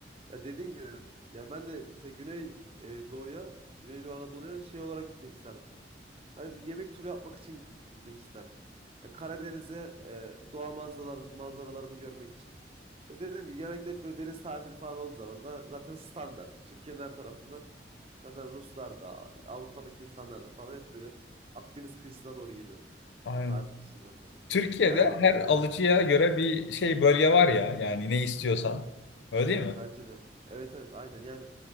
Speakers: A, on the right; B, on the left.
A: Ya dediğin gibi ya ben de mesela Güney e, Doğu'ya, Güneydoğu Anadolu'ya şey olarak gitmek isterdim. Sadece bir yemek turu yapmak için gitmek isterdim. Ya Karadeniz'e e, doğa manzaralar, manzaralarını görmek için. Ya dediğim gibi genellikle hep böyle deniz tatili falan olduğu zaman da zaten standart. Türkiye'nin her tarafından zaten Ruslar da Avrupa'daki insanlar da falan hep böyle Akdeniz kıyısına doğru geliyor
B: Aynen.
A: tatil için zaten.
B: Türkiye'de
A: Yani
B: her alıcıya göre bir şey bölge var ya. Yani ne istiyorsan. Öyle değil mi?
A: Bence de. Evet evet aynen yani